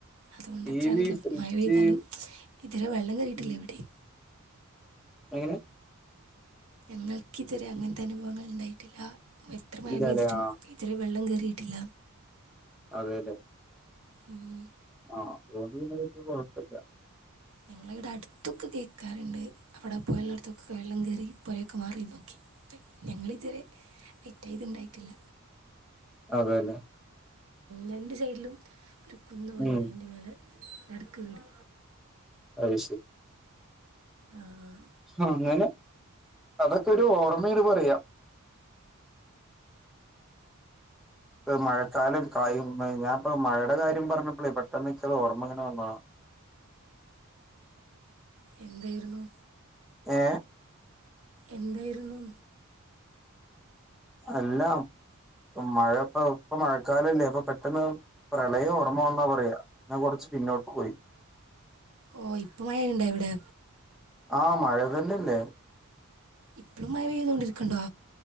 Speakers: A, on the right; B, in the centre.
A: അതുകൊണ്ട്ത്ര
B: ടി
A: അറിയില്ല
B: വി, ഫ്രിഡ്ജ്
A: മഴ പെയ്താലും ഇത് വരെ വെള്ളം കേറീട്ടില്ല
B: ഉം
A: എവിടിം
B: എങ്ങനെ
A: ഞങ്ങൾക്ക് ഇതുവരെ അങ്ങനത്തെ അനുഭവങ്ങൾ ഇണ്ടായിട്ടില്ല എത്ര മഴ
B: ഇല്ലല്ലേ
A: പെയ്തിട്ടും
B: ആഹ്
A: <unintelligible> വെള്ളം കയറിയിട്ടില്ല
B: അതെ ല്ലെ
A: ഉം
B: ആ അതുകൊണ്ട് പിന്നെ പറ്റിയ കൊഴപ്പല്ല്യാ
A: ഞങ്ങളിവിടെ അടുത്തൊക്കെ കേക്കാറുണ്ട് അവടെ പൊയള്ളോട്തൊക്കെ വെള്ളം കേറി പോരയക്കെ മാറി നോക്കി ഞങ്ങളിതുവരെ ഇന്റേത് ണ്ടായിട്ടില്ല
B: അതെന്നെ
A: രണ്ട് സൈഡിലും ഒരു കുന്ന് പോലെ
B: ഉം
A: അതിൻ്റെ മേലെ നടുക്ക് വീട്
B: അത്
A: ആഹ്
B: അ ഞാനെ അതൊക്കെ ഒരു ഓർമ്മേല് പറയാ പെ മഴക്കാലം കയ്യുംമുന്പേ ഞാൻപ്പൊ മഴയുടെ കാര്യം പറഞ്ഞപ്പളെ ഇ പെട്ടെന്ന് ഇൻക്കത് ഓർമ്മ ഇങ്ങനെ വന്നതാ
A: എന്തായിരുന്നു
B: ഏ
A: എന്തായിരുന്നു
B: അല്ല മഴ പ്പോ ഇപ്പൊ മഴക്കാലല്ലേ അപ്പൊ പെട്ടെന്ന് പ്രളയം ഓർമ വന്നാ പറയാ ഞാൻ കൊറച്ച് പിന്നോട്ട് പോയി
A: ഓ ഇപ്പ മഴയുണ്ടോ അവിടെ
B: ആഹ് മഴ തന്നെല്ലേ
A: ഇപ്പളും മഴ പെയ്തോണ്ടിരിക്കുന്നുണ്ടോ